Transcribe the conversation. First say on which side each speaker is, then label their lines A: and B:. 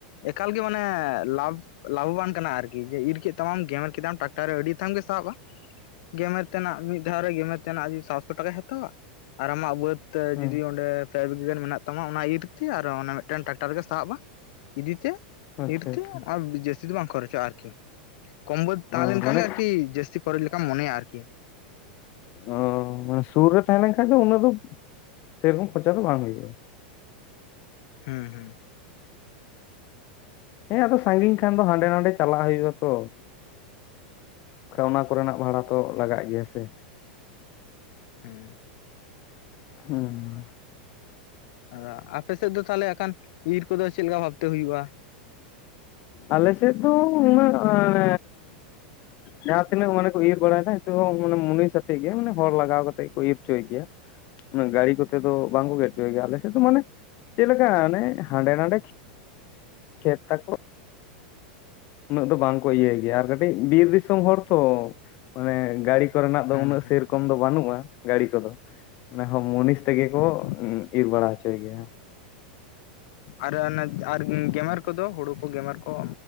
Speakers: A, on the left (about 60°); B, on the left (about 40°).
A: ᱮᱠᱟᱞ ᱜᱮ ᱢᱟᱱᱮ ᱞᱟᱵᱷ-ᱞᱟᱵᱷᱚᱵᱟᱱ ᱠᱟᱱᱟ, ᱟᱨᱠᱤ ᱡᱮ ᱤᱨ ᱠᱮᱫ ᱛᱟᱢᱟᱢ ᱜᱮᱢᱮᱨ ᱠᱮᱫᱟᱢ ᱴᱟᱠᱴᱟᱨ ᱟᱹᱰᱤ ᱛᱷᱟᱢ ᱜᱮ ᱥᱟᱵᱼᱟ᱾ ᱜᱮᱢᱮᱨ ᱛᱮᱱᱟᱜ ᱢᱤᱫ ᱫᱷᱟᱣ ᱨᱮ, ᱜᱮᱢᱮᱨ ᱛᱮᱱᱟᱜ ᱡᱩᱫᱤ ᱥᱟᱛᱥᱚ ᱴᱟᱠᱟᱭ ᱦᱟᱛᱟᱣᱟ ᱟᱨ ᱟᱢᱟᱜ ᱵᱟᱹᱫᱽ ᱛᱮ
B: ᱦᱮᱸ
A: ᱡᱩᱫᱤ ᱚᱸᱰᱮᱯ ᱯᱮ ᱵᱤᱜᱟ. ᱜᱟᱱ ᱢᱮᱱᱟᱜ ᱛᱟᱢᱟ ᱚᱱᱟ ᱤᱨᱛᱤ ᱟᱨ ᱚᱱᱟ ᱢᱮᱜᱴᱮᱱ ᱴᱟᱠᱴᱟᱨ ᱜᱮ ᱥᱟᱣᱟᱵᱼᱟ, ᱤᱫᱤᱛᱮ᱾
B: ᱟᱪᱪᱷᱟ
A: ᱤᱨ ᱛᱮᱻ
B: ᱟᱪᱪᱷᱟ
A: ᱟᱢ ᱡᱟᱹᱥᱛᱤ ᱫᱚ ᱵᱟᱝ ᱠᱷᱚᱨᱚᱪᱚᱜᱼᱟ, ᱟᱨᱠᱤ᱾ ᱠᱚᱢ ᱵᱟᱹᱫ ᱛᱟᱦᱮᱸ
B: ᱚ
A: ᱞᱮᱱᱠᱷᱟᱱ
B: ᱢᱟᱱᱮ
A: ᱜᱮ ᱟᱨᱠᱤ ᱡᱟᱹᱥᱥᱤ ᱠᱚᱹᱨᱞ ᱞᱮᱠᱟᱢ ᱢᱚᱱᱮᱭᱟ, ᱟᱨᱠᱤ᱾
B: ᱚᱸ ᱢᱟ ᱥᱩᱨ ᱨᱮ ᱛᱟᱶᱮ ᱞᱮᱱ ᱠᱷᱟᱡ ᱫᱚ, ᱩᱱᱟᱹᱜ ᱫᱚ, ᱥᱮᱹᱨᱠᱚᱢ ᱠᱷᱚᱨᱪᱟ ᱫᱚ ᱵᱟᱝ ᱦᱩᱭᱩᱜᱼᱟ᱾
A: ᱦᱩᱸ, ᱦᱩᱸ᱾
B: ᱦᱮᱸᱻ, ᱟᱫᱚ ᱥᱟᱺᱜᱤᱧ ᱠᱷᱟᱱ ᱫᱚ ᱦᱟᱸᱰᱮ-ᱱᱟᱰᱮ ᱪᱟᱞᱟᱜ ᱦᱩᱭᱩᱜᱼᱟ, ᱛᱚ᱾ ᱠᱷᱟ ᱚᱱᱟ ᱠᱚᱨᱮᱱᱟᱜ ᱵᱷᱟᱲᱟ ᱛᱚ ᱞᱟᱜᱟᱜ ᱜᱮᱭᱟ, ᱥᱮ᱾
A: ᱩᱸ᱾
B: ᱦᱩᱸ᱾
A: ᱟᱨᱟ ᱟᱯᱮ ᱥᱮᱜ ᱫᱚ ᱛᱷᱟᱞᱮ ᱟᱠᱷᱟᱱ ᱤᱨ ᱠᱚᱫᱚ ᱪᱮᱜ ᱞᱮᱠᱟ ᱵᱷᱟᱵᱽᱛᱮ ᱦᱩᱭᱩᱜᱼᱟ?
B: ᱟᱞᱮᱥᱮᱫ ᱫᱚ ᱩᱱᱟᱹᱜ ᱮᱸᱻᱨ ᱡᱟᱦᱟᱸ ᱛᱤᱱᱟᱹᱜ ᱢᱟᱱᱮ ᱠᱚ ᱤᱨ ᱵᱟᱲᱟᱭᱫᱟ᱾ ᱫᱚ ᱢᱚᱱᱮ ᱢᱚᱱᱤᱥ ᱟᱛᱮᱜ ᱜᱮ, ᱢᱟᱱᱮ ᱦᱚᱲ ᱞᱟᱜᱟᱣ ᱠᱟᱛᱮᱫ ᱠᱚ ᱤᱨ ᱪᱚᱭ ᱜᱮᱭᱟ᱾ ᱩᱢᱟᱹ ᱜᱟᱲᱤ ᱠᱚᱛᱮ ᱫᱚ ᱵᱟᱝᱠᱚ ᱜᱮᱫ ᱪᱚᱭ ᱜᱮᱭᱟ, ᱟᱞᱮ ᱥᱮᱫ ᱫᱚ ᱢᱟᱱᱮ, ᱪᱮᱜ ᱞᱮᱠᱟ ᱟᱱᱮ ᱦᱟᱸᱰᱮ-ᱱᱟᱰᱮ ᱠᱷᱮ ᱠᱷᱮᱛ ᱛᱟᱠᱚ᱾ ᱩᱱᱟᱹᱜ ᱫᱚ ᱵᱟᱝ ᱠᱚ ᱤᱭᱟᱹᱭ ᱜᱮᱭᱟ ᱟᱨ ᱠᱟᱹᱴᱤᱡ ᱵᱤᱨ ᱫᱤᱥᱚᱢ ᱦᱚᱲ ᱛᱚᱻ ᱢᱟᱱᱮ ᱜᱟᱲᱤ ᱠᱚᱨᱮᱱᱟᱜ ᱫᱚ,
A: ᱦᱩᱸ
B: ᱩᱱᱟᱹᱜ
A: ᱦᱩᱸ
B: ᱥᱮᱹᱨᱠᱚᱢ ᱫᱚ ᱵᱟᱹᱱᱩᱜᱼᱟ, ᱜᱟᱲᱤ ᱠᱚᱫᱚ᱾ ᱱᱟ ᱦᱚ ᱢᱩᱱᱤᱥ ᱛᱮᱜᱮ
A: ᱦᱩᱸ
B: ᱠᱚ ᱩᱸ ᱤᱨ ᱵᱟᱲᱟ ᱦᱚᱪᱚᱭ ᱜᱮᱭᱟ᱾
A: ᱟᱨ ᱟᱱᱮᱼᱪ ᱟᱨ ᱩᱸ ᱜᱮᱢᱮᱨ ᱠᱚᱫᱚ ᱦᱩᱲᱩ ᱠᱚ, ᱜᱮᱢᱮᱨ ᱠᱚ,